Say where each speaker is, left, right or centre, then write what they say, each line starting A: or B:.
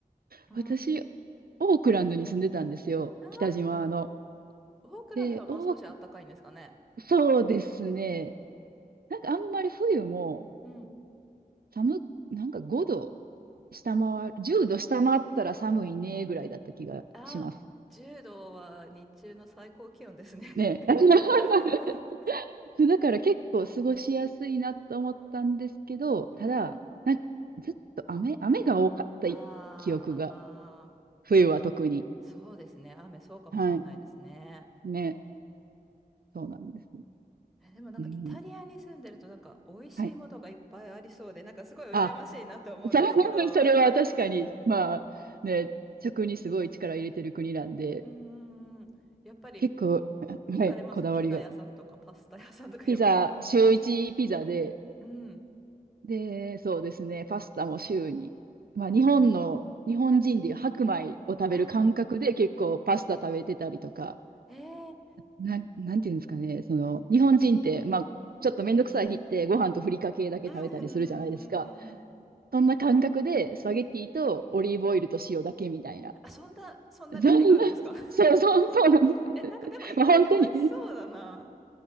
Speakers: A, in the centre; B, on the right (about 70°).
A: うん。
B: 私、
A: あ
B: オークランドに住んでたんですよ。
A: あ、
B: 北島の。
A: オークランドはもう少し暖かいんですかね。
B: で、お、そうですね。なんかあんまり冬も、
A: うん。
B: 寒っ、なんか5度下回る、10度下回ったら寒いねぐらいだった気がします。
A: ああ、10度は日中の最高気温ですね。
B: ね。
A: <laughs>
B: <laughs> そうだから結構過ごしやすいなと思ったんですけど、ただ、
A: うんうん。
B: なんずっと雨、雨が多かったい記憶が、
A: <laughs> ああ、
B: 冬は特に。
A: そうですね。雨そうかもしれないですね。
B: はい。ね。そうなんですね。
A: え、でもなんかイタリアに住んでるとなんか美味しいものがいっぱいありそうで、
B: うん。はい。
A: なんかすごい羨ましいなと思うんですけど。
B: あ、そう <laughs> それは確かに、
A: <laughs> う
B: まあ、ね、食にすごい力入れてる国なんで、
A: ーん。やっぱり
B: 結構、はい、
A: 行かれますピザ屋さんとかパスタ屋さんとか言えば。
B: こだわりがピザ、週一ピザで、
A: うん。
B: で、そうですね、パスタも週に。まあ、日本の、日本人でいう白米を食べる感覚で結構パスタ食べてたりとか、
A: ああ、へえ。
B: なん、なんていうんですかね、その、日本人って、まあ、ちょっとめんどくさい日ってご飯とふりかけだけ食べたりするじゃないですか。
A: うんうんうんうん。
B: そんな感覚でスパゲッティとオリーブオイルと塩だけみたいな。
A: あ、そんな、そんな料理があるんですか
B: <laughs> そんな、<laughs> そうそうそうなんです。
A: <laughs> え、なんかでも意外に美味しそうだな。
B: まあ、本当に。